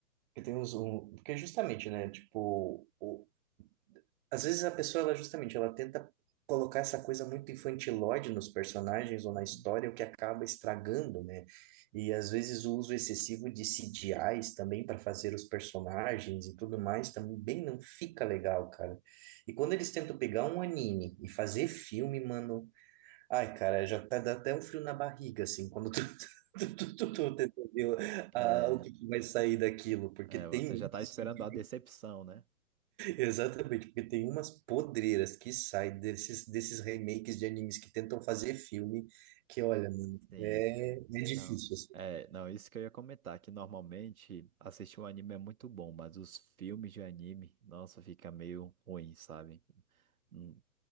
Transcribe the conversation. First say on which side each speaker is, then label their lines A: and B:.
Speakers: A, on the right; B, on the right.
A: Porque tem uns, um, porque justamente, né, tipo, o, às vezes a pessoa, ela justamente, ela tenta colocar essa coisa muito infantilóide nos personagens ou
B: Uhum.
A: na história, o que acaba estragando, né? E às vezes o uso excessivo de CGIs também para fazer os personagens e tudo mais também não fica legal, cara. E quando eles tentam pegar um anime e fazer filme, mano, Ai, cara, já tá dá até um frio na barriga, assim, quando tu, <laughs> tu, tu, tu, tu tenta ver o
B: É,
A: ah, o que, que vai sair daquilo, porque
B: é,
A: tem
B: você já
A: uns,
B: tá
A: assim,
B: esperando a decepção,
A: <laughs>
B: né?
A: exatamente, porque tem umas podreiras que saem desses, desses remakes de animes que tentam fazer filme, que olha, mano,
B: Sim.
A: é, é difícil,
B: Não.
A: assim.
B: É, não, isso que eu ia comentar, que normalmente assistir um anime é muito bom, mas os filmes de anime, nossa, fica meio ruim, sabe? Hum,